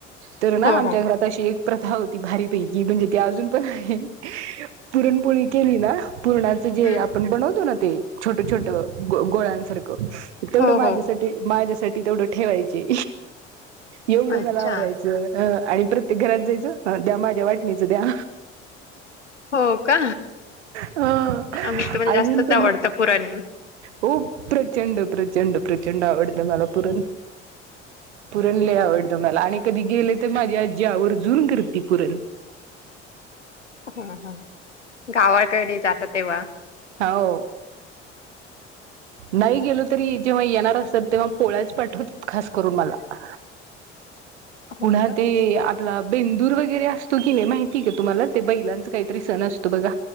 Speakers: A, on the right; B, on the left.
A: तर ना
B: हो
A: आमच्या घरात अशी एक प्रथा होती भारीपैकी म्हणजे ती अजून पण आहे पुरणपोळी केली ना पुरणाच जे
B: हो
A: आपण ते छोट छोट गोळ्यांसारख तेवढ
B: हो
A: माझ्या
B: हो
A: माझ साठी तेवढं ठेवायचे एवढं
B: अच्छा
A: मला आवरायचं अ आणि प्रत्येक घरात जायचं द्या माझ्या वाटणीचं द्या
B: हो का
A: ह
B: आही तुम्हाला
A: अजून
B: जास्तच
A: पण
B: आवडतं पुरण
A: हो प्रचंड प्रचंड प्रचंड आवड तर मलपूर पुरणले आवडतं मला आणि कधी गेले तर माझ्या आजी आवर जून करती पुरण
B: हम ह गावाकडे जात तेव्हा
A: हो नाही गेलो तरी जेव्हा येणार असतात तेव्हा पोळ्याच पाठवत खास करून मला
B: हो
A: उन्हा
B: का?
A: ते बेंदूर वगैरे असतो की नाही माहिती का तुम्हाला ते बैलांच काहीतरी सण असतो बघा